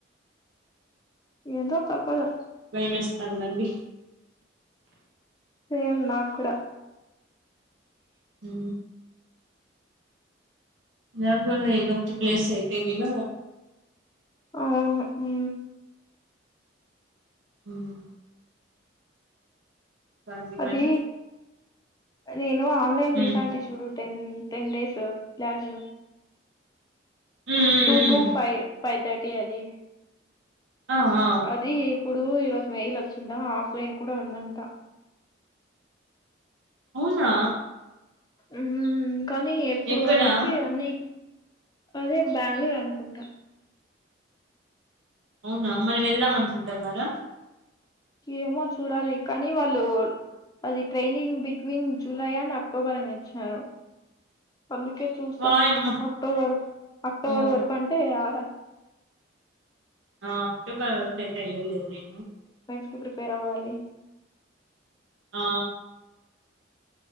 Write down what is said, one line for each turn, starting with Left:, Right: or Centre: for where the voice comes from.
Left: ఏందో తప్పదు
Right: భయమేస్తుందండి
Left: సేమ్ నాకు కూడా
Right: ఆ జగోల ఏద ఒకటి ప్లేస్ అయితే గిన
Left: అవును ఉ
Right: హ్మ్. రండి
Left: అది
Right: మరి
Left: నేను ఆన్లైన్
Right: హ్మ్.
Left: వింటా
Right: హ్మ్.
Left: అంటే చూడు టెన్ టెన్ డేస్ క్లాస్
Right: హ్మ్.
Left: టూ
Right: హ్మ్.
Left: టూ ఫైవ్ ఫైవ్ థర్టీ అది
Right: ఆ ఆ
Left: అది ఇప్పుడు ఈరోజు మెయిల్ వచ్చిందా ఆఫ్లైన్ కూడా ఉందంట
Right: అవునా
Left: ఉ కానీ ఎప్పుడు
Right: ఎక్కడా
Left: అనేసి అన్ని అదే బెంగళూరు అనుకుంటా
Right: అవునా మరి వెళ్దాం అనుకుంటున్నారా
Left: ఏమో చూడాలి కానీ వాళ్ళు అది training between July and October అని ఇచ్చినారు అందుకే చూస్తా
Right: వాయమ్మ
Left: అక్టోబర్ అక్టోబర్
Right: ఓ
Left: వరకు అంటే ఆడ
Right: ఆ ఫెబర్ వరకు అయితే ఎల్లనులే
Left: ఇప్పుడు ప్రిపేర్ అవువాలి
Right: ఆ